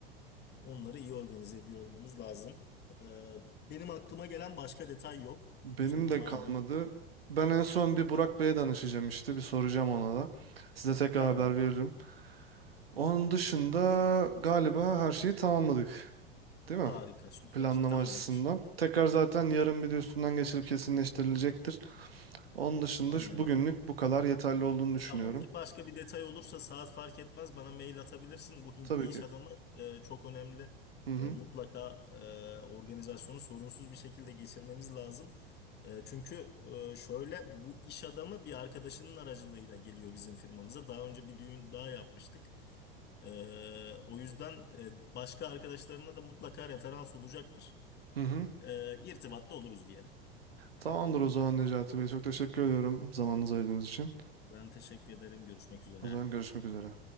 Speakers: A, on the left; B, on the right.
A: onları iyi organize ediyor olmamız lazım. E, benim aklıma gelen başka detay yok.
B: Benim
A: Senin
B: de
A: var
B: kalmadı.
A: mı?
B: Ben en son bir Burak Bey'e danışacağım işte. Bir soracağım ona da. Size tekrar
A: Tamam.
B: haber veririm. Onun dışında galiba her şeyi tamamladık. Değil mi?
A: Harika, süper.
B: planlama
A: Tamamdır.
B: açısından. Tekrar zaten yarın bir de üstünden geçilip kesinleştirilecektir. Onun dışında
A: Aynen
B: şu- bugünlük
A: öyle.
B: bu kadar yeterli olduğunu düşünüyorum.
A: Tamamdır. Başka bir detay olursa saat fark etmez bana mail atabilirsin. Bu Hintli
B: Tabii ki.
A: iş adamı e, çok önemli.
B: Hı hı.
A: E, mutlaka e, organizasyonu sorunsuz bir şekilde geçirmemiz lazım. E, çünkü e, şöyle bu iş adamı bir arkadaşının aracılığıyla geliyor bizim firmamıza. Daha önce bir düğün daha yapmıştık. E, o yüzden e, başka arkadaşlarına da mutlaka referans olacaktır.
B: Hı hı.
A: E, irtibatta oluruz diyelim.
B: Tamamdır o zaman Necati Bey. Çok teşekkür ediyorum zamanınızı ayırdığınız için.
A: Ben teşekkür ederim. Görüşmek üzere.
B: O zaman görüşmek üzere.